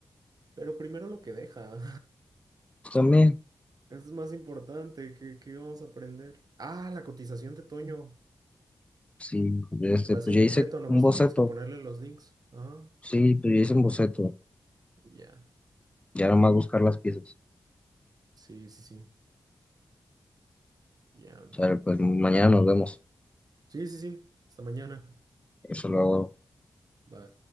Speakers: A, on the right (about 60°); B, on the left (about 15°).
A: Pero primero lo que deja.
B: Pues también,
A: Eso es más importante. ¿Qué, qué vamos a aprender? Ah, la cotización de Toño.
B: sí, este,
A: La
B: pues
A: hace Yepeto,
B: ya hice
A: nomás
B: un boceto,
A: tú tienes que ponerle los links. Ah,
B: sí, pues ya hice un boceto,
A: ya.
B: ya nada más buscar las piezas.
A: Sí, sí, sí. Ya.
B: O sea, pues mañana nos vemos,
A: Sí, sí, sí. Hasta mañana.
B: eso lo hago.
A: Bye.